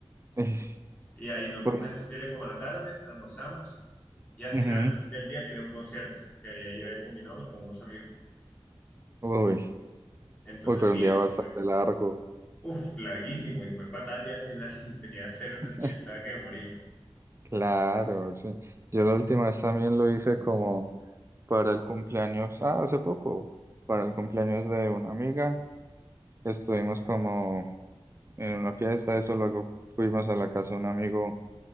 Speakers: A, on the right; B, on the left.
A: <laughs>
B: Y ahí nos vimos
A: Uy,
B: el desfile como a la tarde, almorzamos y al
A: ujú,
B: final del día tenía un concierto que ahí iba a ir con mi novio y con unos amigos.
A: uy,
B: Entonces,
A: uy, pero
B: sí,
A: un día
B: eso
A: bastante
B: fue,
A: largo.
B: uf, larguísimo y fue fatal ya al final <laughs> tenía cero
A: <laughs>
B: energía, estaba que me moría.
A: Claro, sí. Yo la última vez también lo hice como para el cumpleaños, ah, hace poco, para el cumpleaños de una amiga. Estuvimos como en una fiesta, eso, luego fuimos a la casa de un amigo